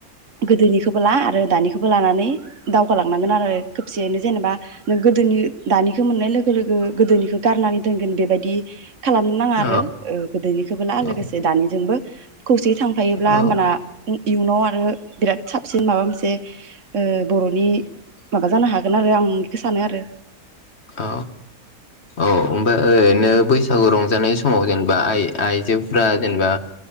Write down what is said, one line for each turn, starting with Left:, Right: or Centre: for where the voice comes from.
Right: गोदोनि बो ला आरो दानिखौबो लानानै दावगालांनांगोन आरो खोबसेयैनो जेनेबा नों गोदोनि दानिखौ मोननाय लोगो लोगो गोदोनिखौ गारनानै दोनगोन बेबायदि खालामनो नाङा
Left: औ
Right: आरो ओ गोदोनिखौबो ला
Left: औ
Right: लोगोसे दानिजोंबो <inaudible> खौसे थांफायोब्ला
Left: औ
Right: होमबाना ओ इयुनाव आरो बिराद साब सिन माबा मोनसे ओ बर'नि माबा जानो हागोन आरो आं बेखौ सानो आरो।
Left: अ औ ओमफ्राय ओरैनो बैसागु रंजानाय समाव जेनेबा आइ आइजोफ्रा जेनेबा